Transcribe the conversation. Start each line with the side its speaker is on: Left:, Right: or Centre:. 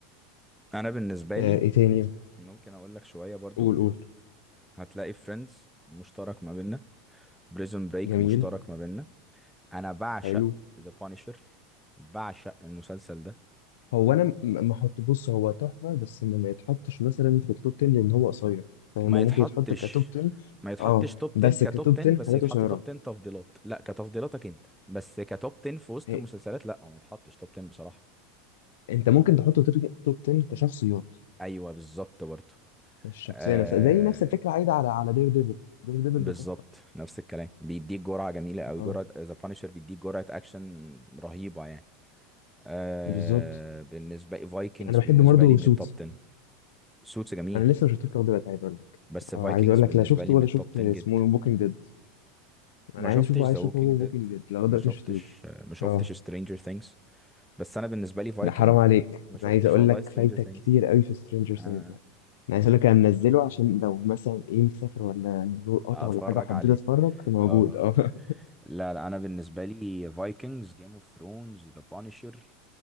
Centre: انا بالنسبه
Left: آه،
Centre: لي
Left: ايه تاني
Centre: ممكن اقول لك شويه برضو
Left: قول قول
Centre: هتلاقي فريندز مشترك ما بيننا بريزون بريك
Left: جميل
Centre: مشترك ما بيننا انا بعشق
Left: حلو
Centre: ذا بانشر بعشق المسلسل ده
Left: هو انا م- ما احط بص هو تحفه بس ما ما يتحطش مثلا في التوب 10 لان هو قصير فاهم
Centre: ما
Left: هو
Centre: يتحطش
Left: ممكن يتحط كتوب 10
Centre: ما يتحطش
Left: اه
Centre: توب
Left: بس
Centre: 10 كتوب
Left: كتوب
Centre: 10
Left: 10
Centre: بس
Left: حاجات
Centre: يتحط
Left: قصيره
Centre: توب 10 تفضيلات لا كتفضيلاتك انت بس كتوب 10 في وسط
Left: إيه،
Centre: المسلسلات لا هو ما يتحطش توب 10 بصراحه
Left: انت ممكن تحطه توب توب 10 كشخصيات
Centre: ايوه بالظبط برضه
Left: الشخصيه
Centre: آه
Left: نفسها زي نفس الفكره عايده على على دير ديفل دير ديفل
Centre: بالظبط
Left: ده تحفه
Centre: نفس الكلام بيديك جرعه جميله قوي
Left: اه
Centre: جرعه ذا بانشر بيديك جرعه اكشن رهيبه يعني آه
Left: بالظبط
Centre: بالنسبه لي فايكنجز
Left: انا بحب
Centre: بالنسبه
Left: برضه
Centre: لي من
Left: سوتس
Centre: التوب 10 سوتس جميل
Left: انا لسه ما شفتوش لغايه دلوقتي عايز اقول لك
Centre: بس فايكنجز
Left: اه عايز اقول
Centre: بالنسبه
Left: لك لا شفته
Centre: لي
Left: ولا
Centre: من التوب
Left: شفت
Centre: 10
Left: اسمه
Centre: جدا
Left: بوكينج ديد انا
Centre: ما شفتش
Left: عايز اشوفه عايز
Centre: ذا ووكينج
Left: اشوفه هو
Centre: ديد
Left: بوكينج ديد لغايه
Centre: ما
Left: دلوقتي
Centre: شفتش
Left: ما شفتوش
Centre: آه، ما شفتش
Left: اه
Centre: سترينجر ثينجز بس انا بالنسبه لي فايكنج
Left: ده حرام عليك
Centre: ما شفتش
Left: انا عايز اقول
Centre: والله
Left: لك
Centre: سترينجر
Left: فايتك
Centre: ثينجز
Left: كتير قوي في سترينجر سينجز
Centre: آه
Left: ده انا عايز اقول لك انا منزله عشان لو مثلا ايه مسافر ولا النور قطع
Centre: اتفرج
Left: ولا حاجه وحبيت
Centre: عليه
Left: اتفرج موجود
Centre: اه
Left: اه
Centre: لا لا انا بالنسبه لي فايكنجز جيم اوف ثرونز ذا بانشر